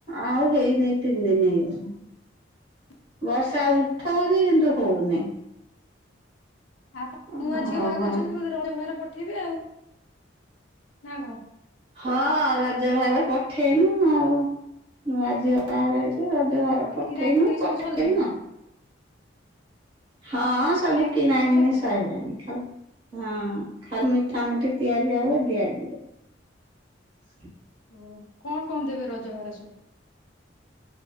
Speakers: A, on the right; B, on the left.
A: ଆଉ ହେଇନାଇ ତିନିଦିନି ହେଇଗଲା।
B: <inaudible>
A: ବର୍ଷା ଉଠଉଛି
B: ଓହୋ।
A: କିନ୍ତୁ ହଉନି।
B: ଆପଣ
A: ହଁ
B: ନୂଆ ଝିଅ ବାହା କରୁଛନ୍ତି ବୋଧେ ରର ବାହାର ପଠେଇବେ ଆଉ ନା କଣ?
A: ହଁ ରଜ ଭାର ପଠେଇମି ଆଉ। ନୂଆ ଝିଅ ବାହାଘର ହେଇଛି ର ରଜ ଭାର
B: ହଁ
A: ପଠେଇନୁ
B: କିଣା କିଣି ସବୁ
A: ପଠେଇମୁ
B: ସରିଲାଣି
A: ଆଉ। ହଁ ସବୁ
B: କିଣି
A: କିଣା
B: ସବୁ
A: କିଣିି
B: ସରିଲାଣି?
A: ସଇଲାଣି ଖାଲି ହଁ। ଖାଲି ମିଠା ମିଠି ତିଆରି ହବ ଦିଆଯିବ। ହ
B: ଓ କଣ କଣ ଦେବେ ରଜଭାର ସବୁ?